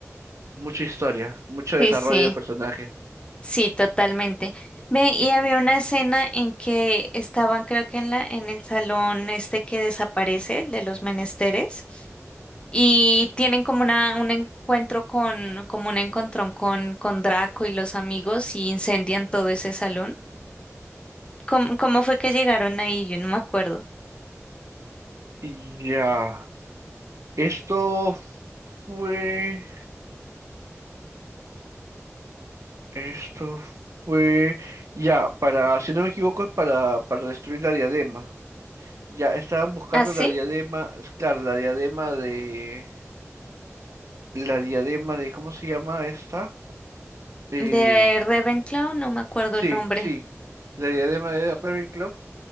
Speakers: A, on the right (about 70°); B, on the left (about 20°).
A: mucha historia, mucho desarrollo
B: Sí, sí,
A: de personaje.
B: sí, totalmente. Ve, y había una escena en que estaban, creo que en la, en el salón este que desaparece, el de los menesteres, y tienen como una, un encuentro con, como un encontrón con, con Draco y los amigos y incendian todo ese salón. ¿Cómo, cómo fue que llegaron ahí? Yo no me acuerdo.
A: Y ya, esto fue, esto fue, ya, para, si no me equivoco, es para, para destruir la diadema. Ya, estaban buscando
B: ¿Ah, sí?
A: la diadema, es claro, la diadema de, la diadema de, ¿cómo se llama esta? Eh,
B: De Ravenclaw, no me acuerdo
A: sí,
B: el nombre.
A: sí, la diadema de Ravenclaw